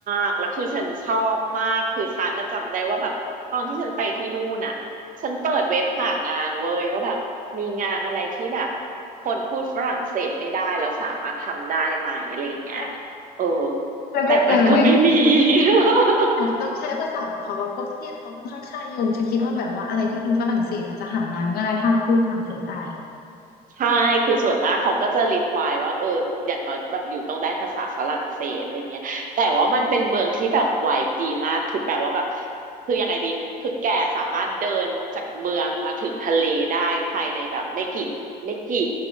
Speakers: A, on the right; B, on the left.
A: ก แล้วคือฉันชอบมาก คือฉันน่ะจำได้ว่าแบบตอนที่ฉันไปที่นู่นน่ะ ฉันเปิดเว็บหางานเว้ยว่าแบบมีงานอะไรที่แบบคนพูดฝรั่งเศสไม่ได้แล้วสามารถทำได้ไหมอะไรอย่างเงี้ย
B: และ
A: เออ
B: แล้วก็เจอไหม
A: แต่มันก็ไม่มี <laughs>
B: อาจจะต้องใช้ภาษาของเขาอะเพราะประเทศเขาค่อนข้างชาตินิยมฉันคิดว่าแบบว่าอะไรที่เป็นฝรั่งเศสอาจจะหางานง่ายถ้าเราพูดฝรั่งเศสได้
A: ใช่ คือส่วนมากเขาก็จะรีควายว่าเอออย่างน้อยแบบอยู่ต้องได้ภาษาฝรั่งเศสอะไรเงี้ยแต่ว่ามันเป็นเมืองที่แบบไวบ์ดีมาก คือแปลว่าแบบคือยังไงดี คือแกสามารถเดินจากเมืองมาถึงทะเลได้ภายในแบบไม่กี่ไม่กี่